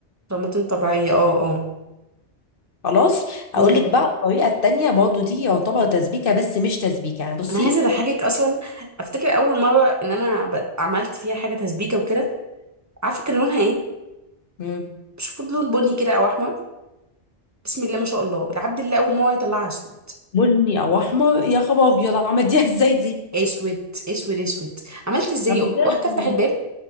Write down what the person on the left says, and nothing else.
خلاص اقول
لك بقى الطريقه التانية برضو دي يعتبر تسبيكه بس مش تسبيكه يعني بصي
مم.
بني او احمر يا خبر ابيض عملتيها <laughs> ازاي دي
عملتيها
ازاي